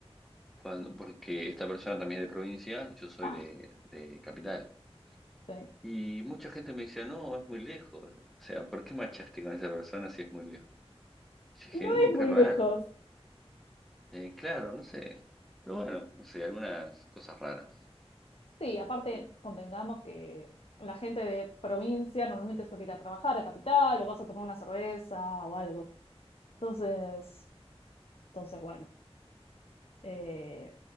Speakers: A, in the centre; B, on the left.
A: cuando, porque esta persona también es de provincia y yo soy
B: Ah,
A: de, de capital.
B: Sí.
A: Y mucha gente me decía, no, es muy lejos. O sea, ¿por qué machaste con esa persona si es muy lejos? Y dije,
B: Y no
A: mmm,
B: es
A: qué
B: muy
A: raro.
B: lejos.
A: Eh, claro, no sé. Pero bueno, no sé, algunas cosas raras.
B: Sí, aparte,
A: Sí.
B: convengamos que la gente de provincia normalmente suele ir a trabajar a capital o vas a tomar una cerveza o algo. Entonces, entonces bueno. Eh,